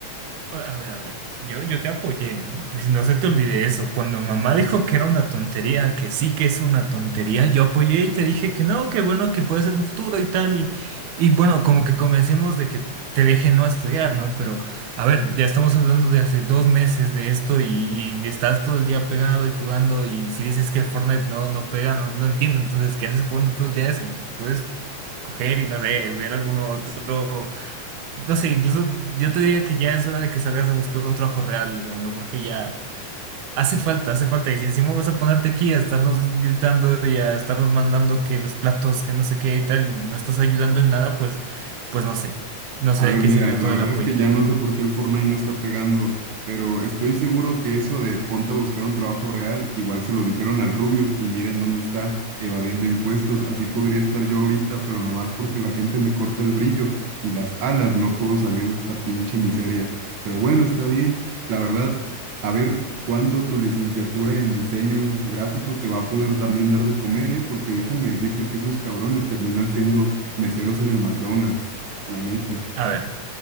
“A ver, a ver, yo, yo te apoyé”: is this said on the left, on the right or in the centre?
Right